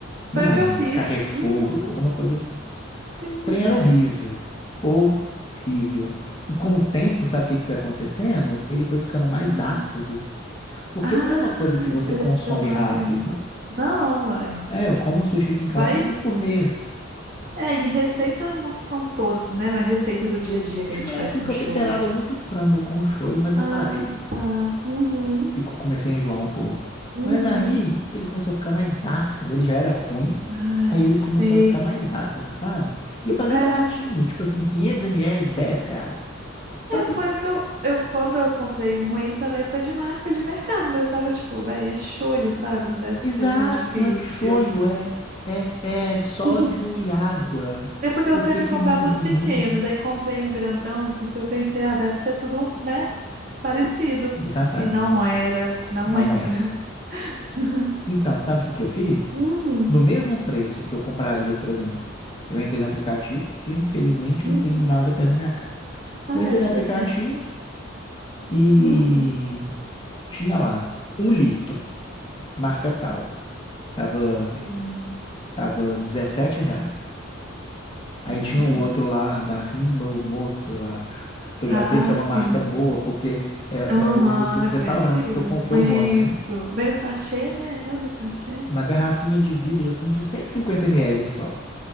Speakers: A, on the left; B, on the right.
A: não
B: foi o
A: lembro,
B: que eu fiz.
A: Carrefour,
B: Uhum,
A: alguma coisa assim.
B: sim,
A: trem
B: velho.
A: era horrível. Horrível. E com o tempo, sabe o que que foi acontecendo? Ele foi ficando mais
B: Hum.
A: ácido. Porque
B: Ai,
A: não é uma coisa que você
B: envelheceu
A: consome
B: mal,
A: rápido.
B: hein? Não, uai.
A: É, eu como sushi aqui em casa
B: Vai
A: uma vez por mês.
B: É, em receita não são todas, né? Não é receita do dia a dia que
A: Tinha
B: a gente
A: uma
B: faz
A: época
B: com
A: que eu
B: shoyu.
A: temperava muito frango com o shoyu, mas
B: Ah,
A: eu parei.
B: tá. Uhum,
A: Fico, comecei a enjoar um pouco.
B: uhum.
A: Mas aí ele começou a ficar mais ácido. Ele já era ruim.
B: Ai,
A: Aí ele
B: sei.
A: começou a ficar mais ácido, sabe? E eu paguei
B: É, é,
A: baratinho, tipo assim, 500 ml, 10 reais. Só que
B: foi o que eu, eu... Quando eu comprei um ruim também foi de marca de mercado, mas eu tava tipo, véi, é shoyu, sabe? Não deve
A: Exato,
B: ser tão difícil.
A: é shoyu, é, é, é sódio
B: <laughs>
A: e água.
B: É porque eu
A: Por
B: sempre
A: que que
B: comprava
A: muda?
B: os
A: E
B: pequenos,
A: muda?
B: aí comprei um grandão porque eu pensei, ah, deve ser tudo, né, parecido.
A: Exatamente.
B: E não era, não
A: Não
B: era.
A: é.
B: <laughs>
A: Então, sabe o que que eu fiz?
B: Hum,
A: No mesmo preço que eu compraria, por exemplo, eu entrei no aplicativo, que infelizmente eu
B: uhum.
A: não tenho nada perto da minha casa.
B: Ah,
A: Eu entrei
B: é,
A: no
B: você
A: aplicativo
B: tem.
A: e
B: Hum,
A: tinha lá um litro, marca tal. Tava,
B: sim.
A: tava R$ reais. Aí
B: É barato?
A: tinha um outro lá da Rinomoto, eu acho, que eu
B: Ah,
A: já sei que é uma
B: sim.
A: marca boa, porque é,
B: Aham,
A: é os dos
B: é mais
A: restaurantes
B: conhecida.
A: que eu, com- que eu
B: Isso.
A: vou, né?
B: Vem o sachê, né? É o do sachê?
A: Uma garrafinha de vidro assim de 150 ml só,